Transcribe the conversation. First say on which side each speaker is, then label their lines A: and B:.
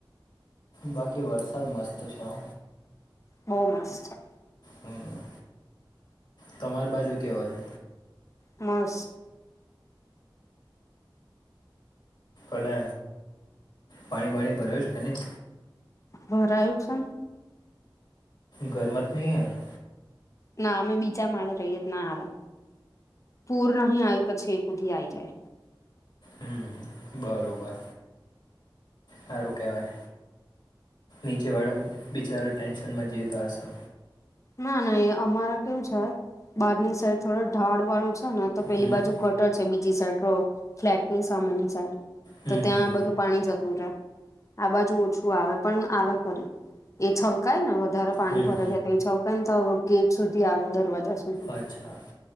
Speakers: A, on the left; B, on the left.
A: બાકી વરસાદ મસ્ત છે હો.
B: બહુ મસ્ત છે.
A: હમ તમારી બાજુ કેવો છે?
B: મસ
A: અને પાણી બાણી ભરાયુ છે કે નહીં?
B: ભરાયું છે ન.
A: ઘરમાં ત નહીં આયો ને?
B: ના અમે બીજા માળે રહીએ ના આવે. પૂર નહીં આયું કે છેક હુધી આઈ જાય.
A: હમ બરોબર. હારું કેહેવાય. નીચેવાળા બિચારા ટેન્શનમાં જીવતા હશો.
B: ના ના એ અમારે કેવું છે બારની સાઈડ થોડ ઢાળવાળું છે ને તો પેલી
A: હમ
B: બાજુ ગટર છે બીજી સાઈડ તો ફ્લેટની સામેની સાઈડ
A: હમ
B: તો ત્યાં
A: હમ
B: બધું પાણી જતું રહે. આ બાજુ ઓછું આવે પણ આવે ખરી. એ છલકાય ને વધારે પાણી
A: હમ
B: ભરાઈ જાય તો એ છલકાય ને તો ગેટ સુધી આવે દરવાજા સુધ
A: અચ્છા.